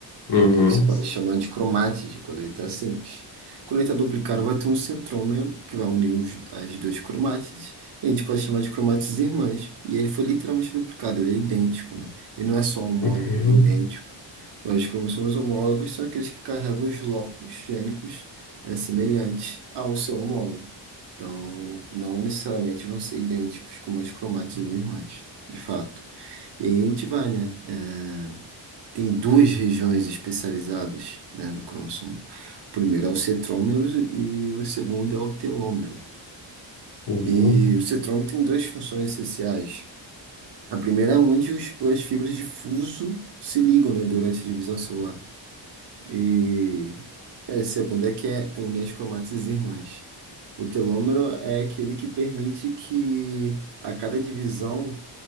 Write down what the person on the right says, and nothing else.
E aí você pode chamar de cromática quando ele está simples. Quando ele está duplicado, vai ter um centrômero que vai unir os- as duas cromátides. E a gente pode chamar de cromátides irmãs. E ele foi literalmente duplicado, ele é idêntico, né? Ele não é só homólogo,
ele é idêntico. Agora, os cromossomos homólogos são aqueles que carregam os locos gênicos eh, semelhantes ao seu homólogo. Então, não necessariamente vão ser idênticos como as cromátides irmãs, de fato. E aí a gente vai, né? É, tem duas regiões especializadas, né, no cromossomo. O primeiro é o centrômero e o segundo é o telômero.
E o centrômero tem duas funções essenciais. A primeira é onde os- as fibras de fuso se ligam, né, durante a divisão celular. E a segunda é que é une as cromátides irmãs. O telômero é aquele que permite que a cada divisão,